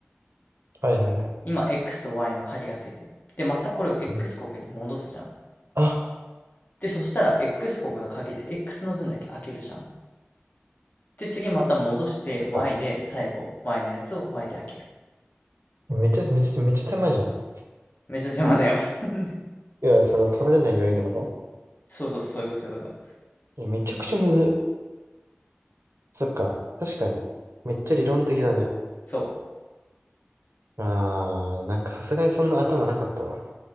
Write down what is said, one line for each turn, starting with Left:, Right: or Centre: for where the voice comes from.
Right: はいはいはい。
Left: 今 X と Y の鍵がついてる。で、またこれを X
Right: うん
Left: 国に戻すじゃん。
Right: あ、
Left: で、そしたら X 国の鍵で X の分だけ開けるじゃん。で、次また戻して
Right: 出た
Left: Y で最後 Y のやつを Y で開ける。
Right: めっちゃ、めっちゃ、めっちゃ手間じゃん。
Left: めっちゃ手間だよ <laughs>
Right: いや、その取られないようにってこと
Left: そうそう、そういうこと、そういうこと。
Right: いや、めちゃくちゃむずっ。そっか。確かに。めっちゃ理論的だね。
Left: そ
Right: あー、なんかさすがにそんな頭なかったわ。